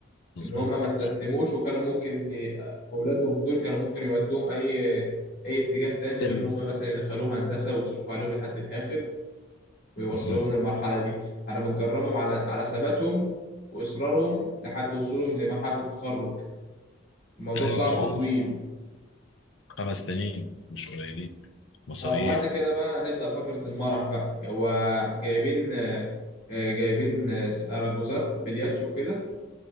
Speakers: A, on the left; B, on the left.
A: مظبوط
B: إن هم
A: مظبوط.
B: ما استسلموش وكانوا ممكن ي- أولادهم دول كانوا ممكن يودوهم أي أي اتجاه تاني غير
A: مم.
B: إن هم مثلا يدخلوهم هندسة ويصرفوا عليهم لحد الآخر ويوصلوهم
A: مهم.
B: للمرحلة دي احنا بنكرمهم على على ثباتهم وإصرارهم لحد وصولهم لمرحلة التخرج الموضوع
A: ايوه
B: صعب
A: طبعا
B: وطويل
A: خمس سنين مش قليلين مصاريف
B: اه وبعد كده بقى نبدأ فقرة المرح بقى هو جايبين آه، آه، جايبين آه، أرجوزات بلياتشو وكده